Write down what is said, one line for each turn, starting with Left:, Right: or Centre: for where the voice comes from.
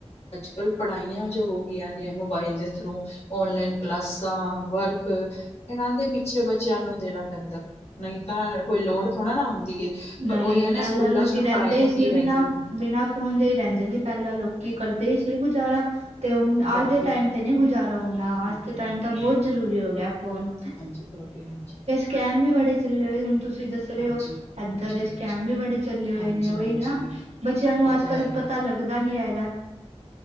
Left: ਅੱਜ-ਕੱਲ੍ਹ ਪੜ੍ਹਾਈਆਂ ਜੋ ਹੋ ਗਈਆਂ ਨੇ ਮੋਬਾਇਲ ਦੇ ਥਰੂ। ਔਨਲਾਈਨ ਕਲਾਸਾਂ, ਵਰਕ। ਇਹਨਾਂ ਦੇ ਪਿੱਛੇ ਬੱਚਿਆਂ ਨੂੰ ਦੇਣਾ ਪੈਦਾ‌ ਨਹੀਂ ਤਾਂ ਕੋਈ ਲੋੜ ਥੋੜਾ ਨਾ ਹੁੰਦੀ ਏ। ਪਰ
Right: ਨਹੀ
Left: ਉਹੀ ਹੈ ਨਾ
Right: ਪਹਿਲਾਂ
Left: ਸਕੂਲਾਂ
Right: ਲੋਕੀ
Left: ਚ ਹੁਣ
Right: ਰਹਿੰਦੇ
Left: ਪੜ੍ਹਾਈਆਂ
Right: ਹੀ ਸੀ
Left: ਕੀ ਰਹਿ
Right: ਬਿਨਾਂ-ਬਿਨਾਂ
Left: ਗਈਆਂ ਨੇ
Right: ਫ- ਫੋਨ ਹੀ ਰਹਿੰਦੇ ਸੀ ਪਹਿਲਾਂ ਲੋਕੀ ਕਰਦੇ ਹੀ ਸੀ ਗੁਜ਼ਾਰਾ। ਤੇ ਹੁਣ
Left: ਭਾਬੀ
Right: ਅੱਜ ਦੇ ਟਾਈਮ ਤੇ ਨਹ ਗੁਜ਼ਾਰਾ ਹੋਣਾ।
Left: ਹਾਂਜੀ
Right: ਅੱਜ ਦੇ ਟਾਈਮ
Left: ਭਾਬੀ
Right: ਤਾਂ
Left: ਹਾਂਜੀ।
Right: ਬਹੁਤ ਜ਼ਰੂਰੀ ਹੋ ਗਿਆ ਫੋਨ।
Left: ਹਾਂਜੀ ਭਾਬੀ ਹਾਂਜੀ।
Right: ਕੈਮ ਵੀ ਬੜੇ ਚੱਲੇ ਹੋਏ ਹੁਣ ਤੁਸੀ ਦੱਸ ਰਹੇ
Left: ਹਾਂਜੀ,
Right: ਹੋ। ਏਦਾਂ
Left: ਹਾਂਜੀ,
Right: ਦੇ
Left: ਹਾਂਜੀ,
Right: ਸਕੈਮ ਵੀ ਬੜੇ ਚੱਲੇ ਹੋਏ
Left: ਹਾਂਜੀ,
Right: ਨੇ ਉਹੀ
Left: ਹਾਂਜੀ
Right: ਨਾ ਬੱਚਿਆਂ ਨੂੰ
Left: ਉਹ
Right: ਅੱਜ-ਕੱਲ
Left: ਤਾਂ ਹੈ ਹੀ।
Right: ਪ- ਤਾਂ ਲੱਗਦਾ ਨੀ ਹੈਗਾ।